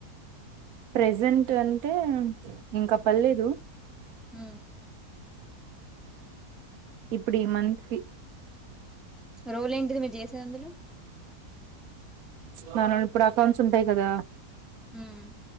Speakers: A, on the right (about 70°); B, in the centre.
A: ప్రెజెంట్ అంటే ఇంక పర్లేదు
B: ఉ
A: ఇప్పుడు ఈ మంత్ కి
B: రోల్ ఏంటిది మీర్ చేసేది అందులో
A: దాంట్లో ఇప్పుడు అకౌంట్స్ ఉంటాయి కదా
B: ఉమ్